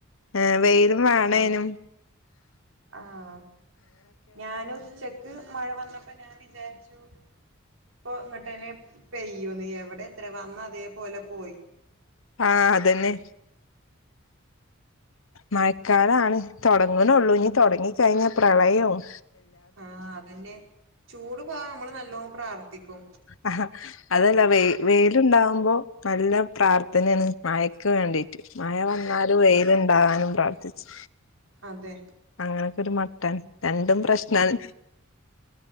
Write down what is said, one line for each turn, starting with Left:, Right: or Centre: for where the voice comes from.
Left: ഏഹ് വെയിലും വാണേനും
Right: ആഹ് ആഹ് ഞാൻ ഉച്ചക്ക് മഴ വന്നപ്പോ ഞാൻ വിചാരിച്ചു ഇപ്പൊ ഇങ്ങട്ടെ പെയ്യുംന്ന് എവിടെ അത്ര വന്ന അതേപോലെ പോയി
Left: ആഹ് അതെന്നെ മയക്കാലാണ് തൊടങ്ങ്ണൊള്ളൂ ഇനി തൊടങ്ങി കഴിഞ്ഞൽ പ്രളയാവും
Right: ആഹ് അതന്നെ ചൂട് പോകൻ നമ്മള് നല്ലോണം പ്രാർത്ഥിക്കും
Left: ആഹ് അതല്ല പറഞ്ഞെ വെ വെയിലുണ്ടാവുമ്പോ? നല്ല പ്രാർത്ഥനയാണ് മാഴക്ക് വേണ്ടിട്ട് മഴ വന്നാലൊ വെയിൽ ഉണ്ടാകാനും പ്രാർന തിച്ച്
Right: അതെ
Left: അങ്ങനെയൊക്കെ ഒരു മട്ടാണ് രണ്ടും പ്രശ്നാണ്